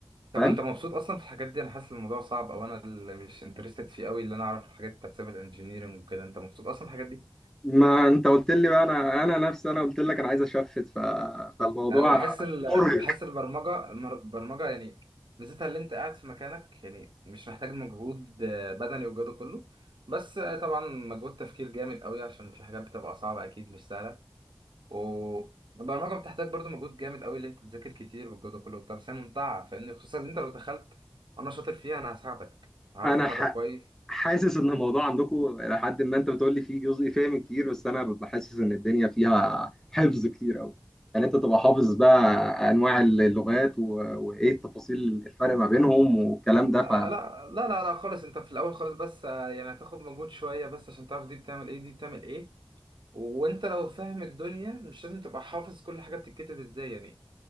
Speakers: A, on the right (about 70°); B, in the centre.
A: طب
B: فاهم
A: انت مبسوط اصلا في الحاجات دي انا حاسس الموضوع صعب او انا اللي مش انترستد فيه قوي اللي انا اعرف الحاجات بتاعت سيفل انجينيرنج وكده انت مبسوط اصلا في الحاجات دي
B: ما انت قلت لي بقى انا انا نفسي انا قلت لك انا عايز اشفت ف... فالموضوع
A: يعني انا بحس ال...
B: مرهق
A: بحس البرمجه المر- البرمجه يعني ميزتها اللي انت قاعد في مكانك يعني مش محتاج مجهود آه، بدني والجو ده كله بس آه، طبعا مجهود تفكير جامد قوي عشان في حاجات بتبقى صعبه اكيد مش سهله والبرمجه بتحتاج برضو مجهود جامد قوي اللي انت تذاكر كتير والجو ده كله طب بس هي ممتعه فاهمني خصوصا ان انت لو دخلت انا شاطر فيها انا هساعدك هعرف
B: انا
A: اساعدك
B: ح...
A: كويس
B: حاسس ان الموضوع عندكم الى حد ما انت بتقول لي فيه جزء فهم كتير بس انا ببقى حاسس ان الدنيا فيها حفظ كتير قوي يعني انت تبقى حافظ بقى انواع اللغات و... وايه التفاصيل الفرق ما بينهم والكلام ده فاهم
A: آه، لا لا لا لا خالص انت في الاول خالص بس آه، يعني هتاخد مجهود شويه بس عشان تعرف دي بتعمل ايه دي بتعمل ايه وانت لو فاهم الدنيا مش لازم تبقى حافظ كل حاجه بتتكتب ازاي يعني